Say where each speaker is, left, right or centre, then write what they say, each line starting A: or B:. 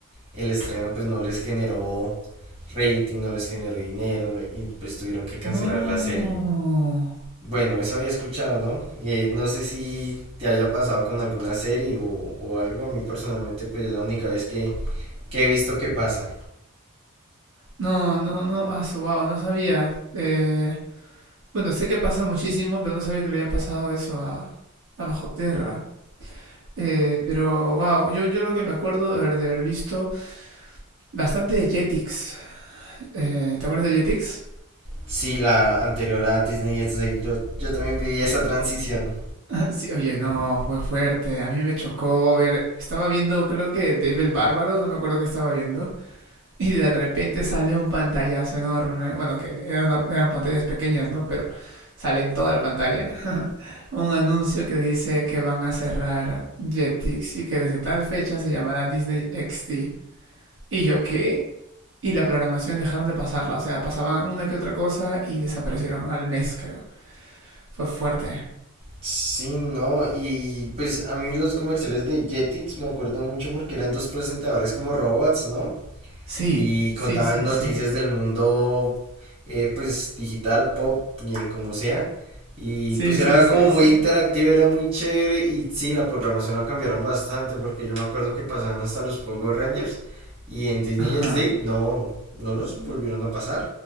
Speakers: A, on the right (about 25°); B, on the right (about 60°).
A: el estreno pues no les generó rating, no les generó dinero ¿no? y pues tuvieron que cancelar
B: No.
A: la serie. Bueno, eso había escuchado, ¿no? Eh, no sé si te haya pasado con alguna serie o, o algo. A mí personalmente pues es la única vez que, que he visto que pasa.
B: No, no, no. Ah, su- wow, no sabía. Eh, bueno, sé que pasa muchísimo, pero no sabía que le había pasado eso a, a Bajo Tierra. Eh, pero, wow, yo, yo lo que me acuerdo de haber, de haber visto bastante de Jetix. Eh, ¿te acuerdas de Jetix?
A: Sí, la anterior a Disney XD, yo, yo también viví esa transición.
B: Sí, oye, no, fue fuerte. A mí me chocó ver. Estaba viendo, creo que Dave el Bárbaro, no me acuerdo qué estaba viendo. Y de repente sale un pantallazo enorme. Bueno, que eran, una- eran pantallas pequeñas, ¿no? Pero sale en toda la pantalla. <laughs> Un anuncio que dice que van a cerrar Jetix y que desde tal fecha se llamará Disney XD. ¿Y yo qué? Y la programación dejaron de pasarla. O sea, pasaban una que otra cosa y desaparecieron al mes, creo. Fue fuerte.
A: Sí, no, y pues a mí los comerciales de Jetix me acuerdo mucho porque eran dos presentadores como robots, ¿no?
B: Sí,
A: y
B: sí,
A: contaban
B: sí,
A: noticias
B: sí.
A: del mundo eh, pues digital, pop, eh, como sea. Y
B: Sí,
A: pues
B: sí,
A: era
B: sí,
A: como muy
B: sí.
A: interactivo, era muy chévere y sí, la programación la cambiaron bastante porque yo me acuerdo que pasaban hasta los Power Rangers y en Disney
B: Ajá.
A: XD no, no los volvieron a pasar.